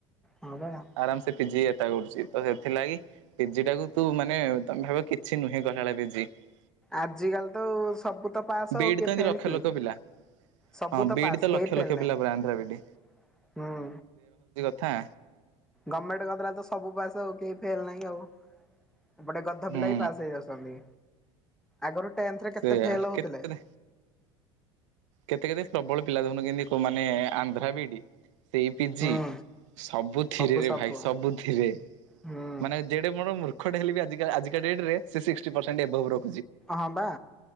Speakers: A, in the centre; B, on the right.
A: ହଁ ବା।
B: ଆରାମ ସେ ପିଜି କରୁଛି ତ ସେଥିଲାଗି ପିଜି ଟାକୁ ତୁ ମାନେ ତମେ ଭାବ କିଛି ନୁହେଁ କ ନଳ ବିଜି <unintelligible>
A: ଆଜି କାଲି ତ ସବୁ ତ ପାସ୍
B: ବିଇଡି
A: ଆଉ କି
B: ତ ଏମିତି
A: ଫେଲ
B: ଲକ୍ଷ
A: କି
B: ଲକ୍ଷ ପିଲା
A: ସବୁ
B: ହଁ
A: ତ
B: ବିଇଡି
A: ପାସ୍
B: ଲକ୍ଷ
A: କେହି ଫେଲ
B: ଲକ୍ଷ ପିଲା
A: ନାହିଁ
B: ପୁରା ଆନ୍ଧ୍ରା ବିଇଡି।
A: ହୁଁ।
B: ନା
A: ଗଭର୍ଣମେଣ୍ଟ କରିଦଲେ ସବୁ ପାସେ ଆଉ କେହି ଫେଲ ନାହିଁ ଆଉ। ଏପଟେ ଗଧ
B: ହୁଁ
A: ପିଲା ବି ପାସ ହେଇ ଯାଉଛନ୍ତି। ଏଗାରା <unintelligible> ଟନ୍ଥରେ କେତେ
B: ସେଇଆ
A: ଫେଲ
B: କେତେ
A: ହଉଥିଲେ।
B: କେତେ କେତେ ପ୍ରବଳ ପିଲା ଦେଖନୁ କେମତି ମାନେ ଆନ୍ଧ୍ରା ବିଇଡି ସେଇ ପିଜି
A: ହୁଁ
B: ସବୁଥିରେରେ
A: ସବୁ ସବୁ
B: ଭାଇ ସବୁଥିରେ
A: ହୁଁ
B: ମାନେ ଯେଡେ ମୋର ମୂର୍ଖ ଢେ ହେଲି ବି ଆ ଆ ଆଜିକା ଦେଟ୍ ରେହ ସେ ସ୍ଟି ପରସଣ୍ଟ ଏଭାବ ର
A: ହ ବା।